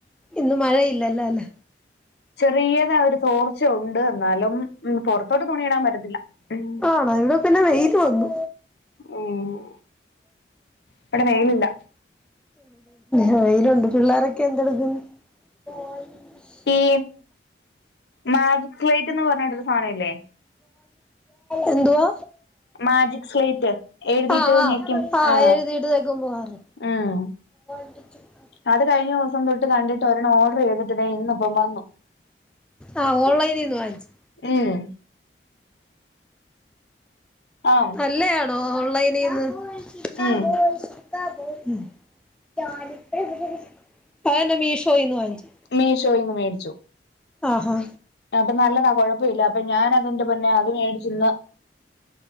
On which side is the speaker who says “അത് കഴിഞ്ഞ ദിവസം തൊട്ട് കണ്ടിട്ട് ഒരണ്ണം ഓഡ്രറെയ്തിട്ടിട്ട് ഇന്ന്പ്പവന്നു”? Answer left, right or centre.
Left